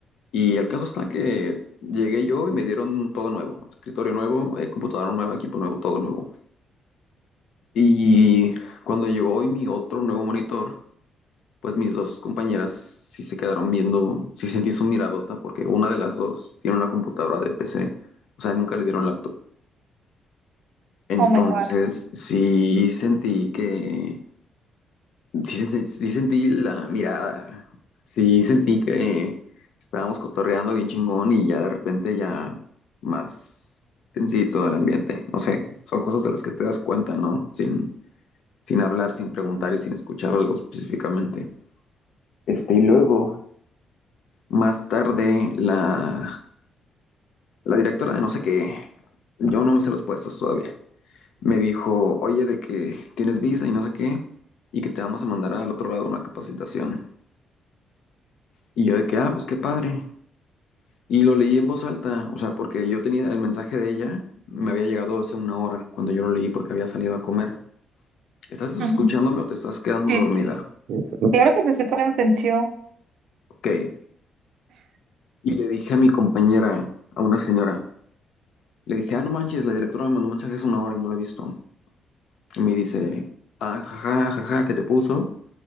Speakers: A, on the left (about 75°); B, on the right (about 75°).
A: Y el caso está que llegué yo y me dieron todo nuevo, escritorio nuevo, eh, computadora nueva, equipo nuevo, todo nuevo. Y cuando llegó hoy mi otro nuevo monitor, pues mis dos compañeras sí se quedaron viendo, sí sentí su miradota, porque una de las dos tiene una computadora de PC, o sea, nunca le dieron laptop. Entonces,
B: Oh my God.
A: sí sentí que, sí, se- sí sentí la mirada, sí sentí que estábamos cotorreando bien chingón y ya de repente ya más tensito el ambiente, no sé, son cosas de las que te das cuenta, ¿no? Sin, sin hablar, sin preguntar y sin escuchar algo específicamente. Este, y luego. Más tarde, la, la directora de no sé qué, yo no me sé los puestos todavía, me dijo, oye, de que tienes visa y no sé qué, y que te vamos a mandar al otro lado a una capacitación. Y yo de que, ah, pues qué padre. Y lo leí en voz alta, o sea, porque yo tenía el mensaje de ella, me había llegado hace una hora cuando yo lo leí porque había salido a comer. ¿Estás escuchándome
B: Ujú.
A: o te estás quedando
B: Sí,
A: dormida?
B: es que- Claro que empecé por atención.
A: Ok. Y le dije a mi compañera, a una señora, le dije, ah, no manches, la directora me mandó un mensaje hace una hora y no lo he visto. Y me dice, ah, jaja, jaja, ¿qué te puso?